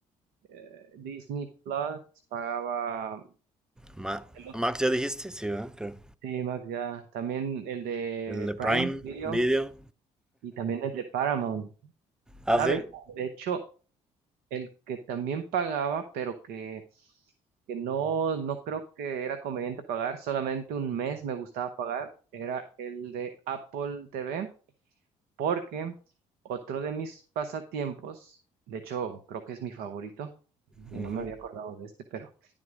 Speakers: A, on the right (about 75°); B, in the centre.
A: eh, Disney Plus, pagaba
B: Ma-
A: el otro,
B: Max, ¿ya dijiste? Sí, ¿verdad? Creo.
A: sí, Max ya, también el de
B: El de Prime
A: Prime Video
B: Video.
A: y también el de Paramount,
B: Ah,
A: ¿sabes?
B: sí.
A: De hecho, el que también pagaba, pero que, que no, no creo que era conveniente pagar, solamente un mes me gustaba pagar, era el de Apple TV. porque otro de mis pasatiempos, de hecho creo que es mi favorito, y
B: Ujú.
A: no me había acordado de este, pero